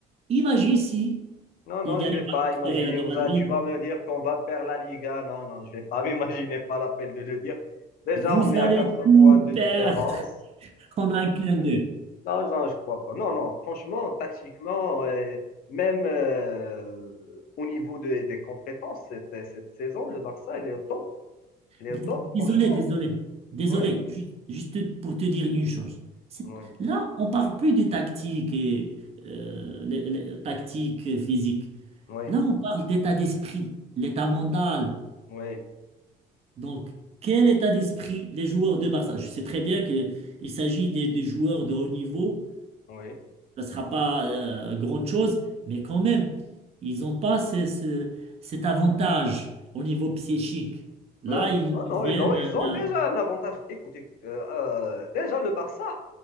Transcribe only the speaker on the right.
imagine si
il ne gagnait
pas contre
le Real de
Madrid.
Vous
allez
tout
perdre en un clin d'œil.
D-
d-
Désolé, désolé, désolé.
Ju- Juste pour te dire une chose. C'est-
Là, on parle plus de tactique et euh, les- les tactiques physiques.
Là, on parle d'état d'esprit, l'état mental.
Donc, quel état d'esprit les joueurs de Barça? Je sais très bien qu'il s'agit des, des joueurs de haut niveau
ne sera pas euh, grande chose, mais quand même, ils n'ont pas ce- ce- cet avantage au niveau psychique. Là,
il,
il
vient
de,
de-